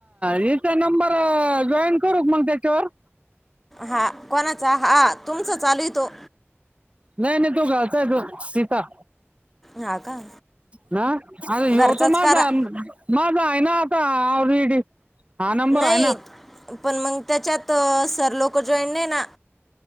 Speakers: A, on the right; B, in the centre.
A: हचा नंबर जॉईन करूक मग त्याच्यावर-
B: हा कोणाचा हा तुमचा चालू तो-
A: नाही नाही तो जायचं तो सीता-
B: हा का
A: ह अरे य
B: घरचाच
A: तो माझा
B: करा
A: माझा आहे ना- डी हा नंबर
B: नाही
A: आहे ना-
B: पण मग त्याच्या त सर लोक जॉईन नाही ना.